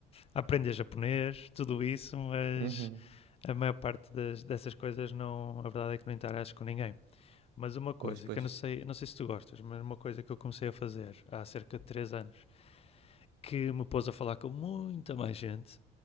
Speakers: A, on the left (about 35°); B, on the right (about 80°).
A: a aprender japonês, tudo isso, mas
B: uhum.
A: a maior parte das- dessas coisas não, a verdade é que não interage com ninguém. Mas uma coisa
B: Pois, pois.
A: que eu não sei, não sei se tu gostas, mas uma coisa que eu comecei a fazer há cerca de 3 anos, que me pôs a falar com muita mais gente